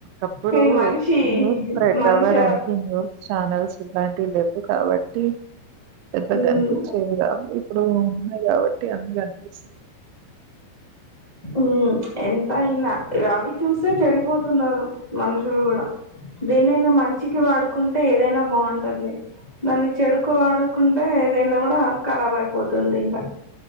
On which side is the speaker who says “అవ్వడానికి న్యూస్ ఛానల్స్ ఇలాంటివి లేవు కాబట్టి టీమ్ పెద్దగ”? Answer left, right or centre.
Right